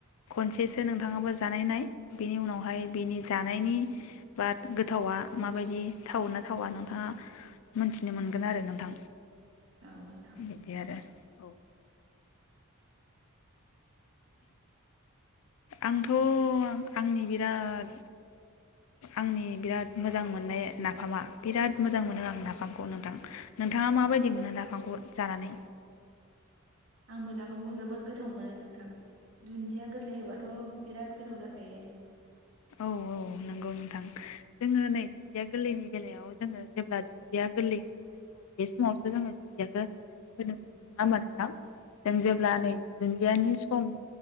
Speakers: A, on the left; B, on the right.
A: खनसेसो नोंथाङाबो जानाय नाय बेनि उनावहाय बेनि जानायनि बाट गोथावा माबायदि थावो ना थावा नोंथाङा मोनथिनो मोनगोन आरो नोंथां
B: औ नोंथां
A: बिदि आरो औ आंथ' आंनि बिराद आंनि बिराद मोजां मोननाय नाफामा बिराद मोजां मोनो आं नाफामखौ नोंथां नोंथाङा माबायदि मोनो नाफामखौ जानानै
B: आंबो नाफामखौ जोबोद गो गोथाव मोनो नोंथां दुन्दिया गोरलै होबाथ' बिराद गोथाव जाखायो
A: औ औ नंगौ नोंथां जोङो नै दुन्दिया गोरलैनि बेलायाव जोङो जेब्ला दुन्दिया गोरलै ओंखारनाय सम बे समावसो जोङो दुन्दियाखौ होनो मोन नङा होमबा नोंथां जों जेब्ला नै दुन्दियानि सम